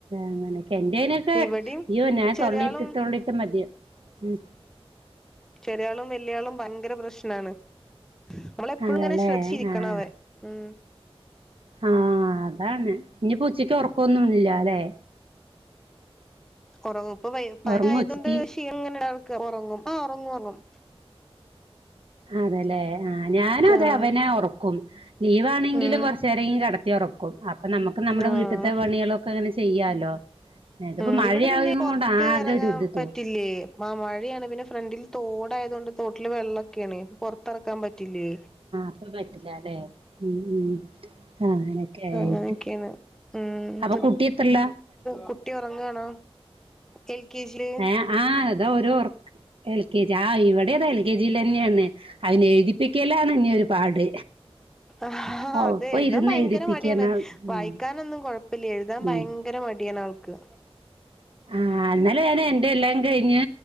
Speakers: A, on the right; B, in the centre.
A: അങ്ങനെയൊക്കെ എന്റെനൊക്കെ
B: ഇവിടിം
A: അയ്യോ ഞാൻ
B: ചെറിയാളും
A: തൊള്ളിട്ട് തൊള്ളിയിട്ട് മതി ഉം
B: ചെറിയാളും വെല്യയാളും ഭയങ്കര പ്രശ്നാണ്. നമ്മളെപ്പോഴും
A: അതല്ലേ
B: ഇങ്ങനെ ശ്രദ്ധിച്ചിരിക്കണ
A: ആഹ്
B: അവ ഉം
A: ആഹ് അതാണ് ഇനിപ്പം ഉച്ചക്ക് ഉറക്കവൊന്നും ഇല്ല അല്ലെ
B: ഉറങ്ങും ഇപ്പൊ പനി
A: ഉറങ്ങോ
B: ആയത്
A: ഉച്ചക്ക്
B: കൊണ്ട് ക്ഷീണിങ്ങന ഉറങ്ങും ആഹ് ഉറങ്ങും ഉറങ്ങും
A: അതെല്ലേ ആ ഞാന് അതെ
B: ആഹ്
A: അവനെ ഉറക്കും ലീവാണെങ്കിലും
B: ഉം
A: കുറച്ച് നേരം കെടത്തി ഉറക്കും അപ്പൊ നമുക്ക് നമ്മുടെ
B: ആഹ്
A: വീട്ടത്തെ പണികളും അങ്ങനെ ചെയ്യാലോ ഇതിപ്പോ
B: ഉം
A: മഴയായത്
B: ഇവിടെ പിന്നെ പുറത്ത്
A: കൊണ്ട് ആകെ
B: ഇറങ്ങാൻ
A: ഒരു ഇത് തോ
B: പറ്റില്ലേ മഴയാണ് പിന്നെ ഫ്രണ്ടിൽ തോടായത് കൊണ്ട് തോട്ടില് വെള്ളൊക്കെയാണ് പുറത്തിറക്കാൻ പറ്റ ട്ടിലെ
A: ഇപ്പ പറ്റില്ല അല്ലേ ഉം ഉം ആഹ് അങ്ങനൊക്കെ ആയിട്ട്
B: അങ്ങനെയൊക്കെയാണ് ഉം
A: അപ്പൊ കുട്ടി എത്രയില
B: കുട്ടി ഉറങ്ങണ എൽ കെ ജി
A: ഏഹ് ആഹ് അതാ ഓരൊറക്ക് എൽ കെ ജി ആ ഇവിടേതാ എൽ കെ ജിൽന്നെയാണ് അവനെ എഴുതിപ്പിക്കലാണ് ഇനി ഒരു പാട്
B: ആഹ് ആഹ്
A: ഒപ്പം
B: അതെ എഴുതാൻ
A: ഇരുന്ന്
B: ഭയങ്കര
A: എഴുതിപ്പിക്കണം
B: മടിയാണ്
A: ഉം
B: വായിക്കാനൊന്നും കൊഴപ്പില്ല എഴുതാൻ ഭയങ്കര
A: ഉം
B: മടിയാണ് ആൾക്ക്
A: ആഹ് ഇന്നലെ ഞാൻ എന്റെ എല്ലാം കഴിഞ്ഞ്